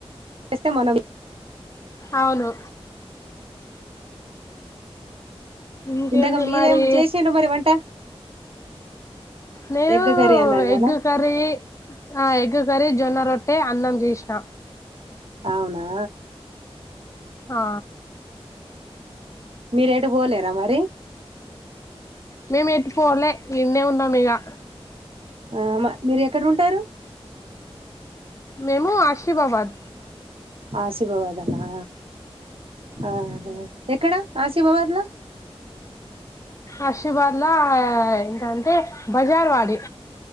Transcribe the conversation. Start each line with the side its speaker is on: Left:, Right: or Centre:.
Right: చేస్తే మనం
Left: అవును ఇంకేంది
Right: ఇందాక మీరేం
Left: మరి
Right: చేసిడు మరి వంట
Left: నేను
Right: ఎగ్ కర్రీ అన్నారు
Left: ఎగ్
Right: కదా
Left: కర్రీ ఆ ఎగ్ కర్రీ జొన్న రొట్టె అన్నం చేసినా అ
Right: అవునా
Left: ఆ
Right: మీ రేటు బోలేదా మరి
Left: మేముటి పోవలే నిన్నే ఉన్నా మీగా
Right: ఆ మా మీరు ఎక్కడ ఉంటారు.
Left: మేము ఆశీర్వావాద్
Right: ఆశీభవదలా ఆ ఎక్కడా ఆశిభవాద్లా
Left: ఆశీర్వాద్లా ఏంటంటే బజార్వాడి